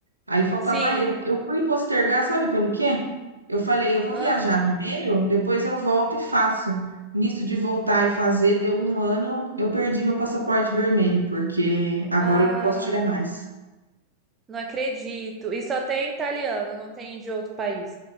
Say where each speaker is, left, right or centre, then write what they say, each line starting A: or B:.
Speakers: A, on the right; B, on the right.
A: Aí faltava
B: sim.
A: eu. Eu fui postergar, sabe pelo quê? Eu falei, eu vou
B: Ah,
A: viajar primeiro, depois eu volto e faço. Nisso de voltar e fazer, deu um ano, eu perdi meu passaporte vermelho, porque agora
B: ah,
A: eu não posso tirar mais.
B: não acredito. E só tem italiano, não tem de outro país.